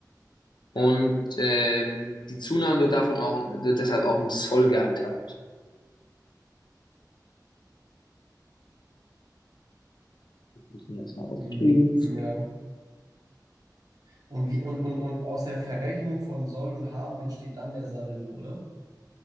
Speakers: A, on the left; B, on the right.
A: und
B: Ja.
A: ähm, die Zunahme wird davon auch wird deshalb auch im Soll gehandhabt. ich mir das mal aufschreiben.
B: Mhm. Ja. Und wie, und, und, und aus der Verrechnung von Soll und Haben entsteht dann der Saldo, oder?